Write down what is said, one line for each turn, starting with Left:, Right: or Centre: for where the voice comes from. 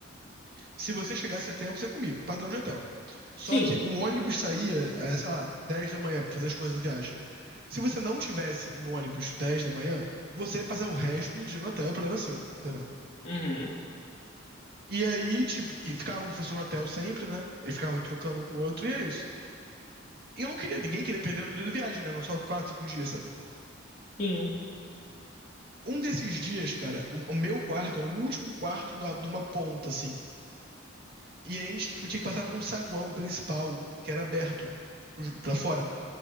Right: Se você chegasse a tempo, você comia, padrão de hotel. Só
Left: Sim.
Right: que o ônibus saía, eh, sei lá, 10 da manhã pra fazer as coisas da viagem. Se você não tivesse no ônibus 10 da manhã, você ia passar o resto do dia no hotel, o problema é seu, entendeu?
Left: Uhum.
Right: E aí, tipo, e ficava um professor no hotel sempre, né? Eles ficavam trocando um com o outro, e é isso. E eu não queria, ninguém queria perder um dia de viagem, né? Não só 4, 5 dias, sabe?
Left: Sim.
Right: Um desses dias, cara, o, o meu quarto era o último quarto da- de uma ponta, assim. E a gente tinha que passar por um saguão principal, que era aberto pro- pra fora. né?